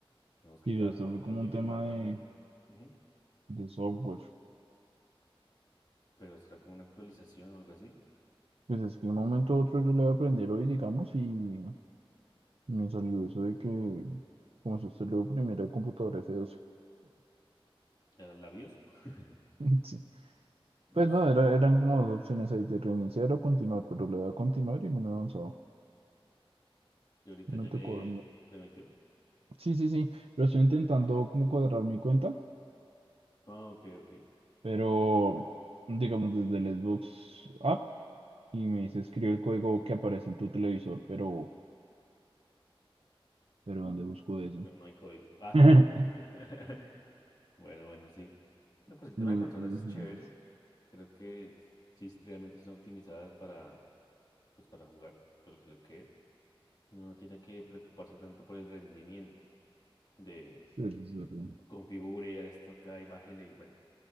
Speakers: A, on the left (about 45°); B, on the right (about 80°).
A: Digamos que
B: Y
A: cada
B: esto
A: cuánto
B: fue como
A: mi,
B: un
A: mi
B: tema
A: hermano
B: de,
A: hace, ujú,
B: de software.
A: pero será como una actualización o algo así.
B: Pues es que de un momento a otro yo le voy a aprender hoy, digamos, y me salió eso de que, como si usted le oprimiera el computador F12.
A: ¿Ya la BIOS? <laughs>
B: <laughs> Sí. Pues
A: Ush,
B: no, era, eran como dos opciones ahí de reiniciar o continuar, pero le voy a continuar y no me he avanzado.
A: y ahorita
B: No
A: ya
B: me tocó.
A: le
B: no.
A: permitió.
B: Sí, sí, sí, pero estoy intentando como cuadrar mi cuenta,
A: Ah, ok, ok.
B: pero digamos desde el Xbox app y me dice escribe el código que aparece en tu televisor, pero, pero
A: Mm,
B: ¿dónde busco eso?
A: Pero no hay código. Ah,
B: <laughs>
A: <laughs> bueno, bueno, sí. No, pues el
B: No,
A: tema de consolas
B: ujú,
A: es chévere. Creo que sí sí, realmente son optimizadas para, pues, para jugar, por lo que es. Y uno no tiene que preocuparse tanto por el rendimiento de
B: Eso es verdad.
A: configure, haga esto acá y bájele. Y bueno,